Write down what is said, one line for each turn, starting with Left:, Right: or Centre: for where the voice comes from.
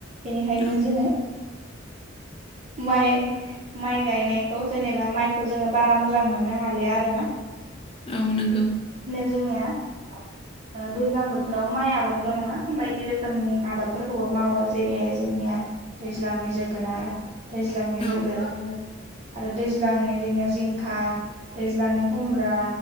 Right: बेनिखायनो
Left: औ
Right: जोङो माइ-माइ गायनायखौ जेनेबा माइखौ जोङो बारा मोजां मोननो हालिया आरो ना?
Left: औ नंगौ।
Right: <inaudible> ओ दैज्लां बोथोराव माइ आबादल' नङा बायदि रोखोमनि आबादफोरखौबो मावो जेरैहाय जों निया दैज्लांनि जोगोनार दैज्लांनि
Left: औ
Right: <unintelligible> आरो दैज्लांनि जोंनियाव जिंखा दैज्लांनि खुमब्रा